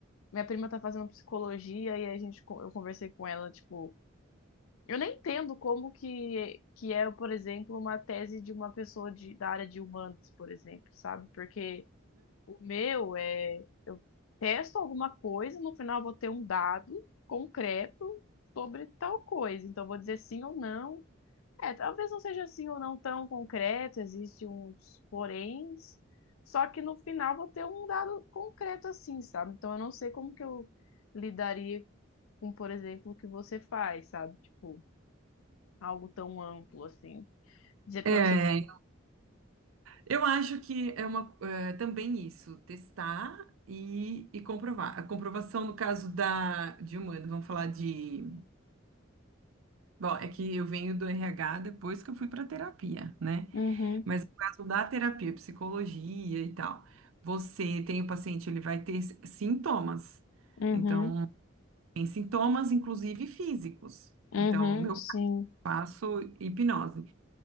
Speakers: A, on the left (about 90°); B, on the right (about 85°).
A: Minha prima tá fazendo psicologia e a gente, con- eu conversei com ela, tipo. Eu nem entendo como que, que é, por exemplo, uma tese de uma pessoa de, da área de humanas, por exemplo, sabe? Porque. O meu é, eu testo alguma coisa, no final eu vou ter um dado concreto sobre tal coisa. Então, eu vou dizer sim ou não. É, talvez não seja assim ou não tão concreto, existe uns poréns, só que no final vou ter um dado concreto assim, sabe? Então, eu não sei como que eu lidaria com, por exemplo, o que você faz, sabe? Tipo, algo tão amplo assim. Dizer
B: É,
A: pra você,
B: Eu acho que é uma, é, também isso, testar e, e comprovar. A comprovação, no caso da, de humano, vamos falar de. Bom, é que eu venho do RH depois que eu fui para terapia, né?
A: uhum,
B: Mas no caso da terapia, psicologia e tal, você tem o paciente, ele vai ter s- sintomas.
A: uhum,
B: Então, tem sintomas, inclusive físicos.
A: uhum,
B: Então, meu
A: sim,
B: eu faço hipnose.